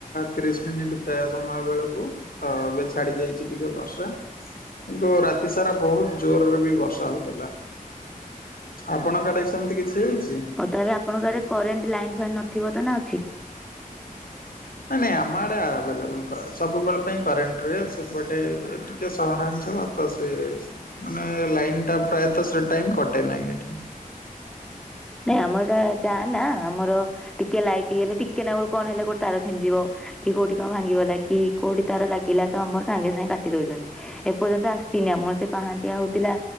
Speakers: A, on the left; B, in the centre.
A: ତିରିଶ ମିନିଟ୍ ପ୍ରାୟ ସମୟ ବେଳକୁ ତ ଏବେ ଛାଡି ଯାଇଛି ଟିକେ ବର୍ଷା କିନ୍ତୁ ରାତି ସାରା ବହୁତ ଜୋରରେ ବି ବର୍ଷା ହଉଥିଲା ଆପଣଙ୍କ ଆଡେ ସେମିତି କିଛି ହେଇଛି?
B: ହଉ ତାହେଲେ ଆପଣଙ୍କ ଆଡେ କରେଣ୍ଟ ଲାଇନ ଫାଇନ୍ ନଥିବ ତ ନା ଅଛି।
A: ନାଇଁ ନାଇଁ ଆମ ଆଡେ ଆଭେଲେବୁଲ୍ ସବୁବେଳେ ପାଇଁ କରେଣ୍ଟ ସେପଟେ ଟିକେ ସହରାଞ୍ଚଳ ତ ସେ ମାନେ ଲାଇନ୍ଟା ପ୍ରାୟତ ସେ ଟାଇମ୍ କଟେ ନାହିଁ ଏଠି।
B: ନାଇଁ ଆମର ଏଟ ଗାଁ ନା ଆମର ଟିକେ ଲାଇଟ୍ ହେଲେ ଟିକେ ନା ଗୋଟେ କଣ ହେଲେ ଗୋଟେ ତାର ଛିଣ୍ଡ ଯିବ କି କୋଉଠି କଣ ଭାଙ୍ଗିଗଲା କି କୋଉଠି ତାର ଲାଗିଲା ତ ଆମର ସାଙ୍ଗେ ସାଙ୍ଗେ କାଟି ଦଉଛନ୍ତି। ଏପର୍ଯ୍ୟନ୍ତ ଆସିନି ଆମର ସେ ପାହାଣ୍ଡିଆ ହଉଥିଲା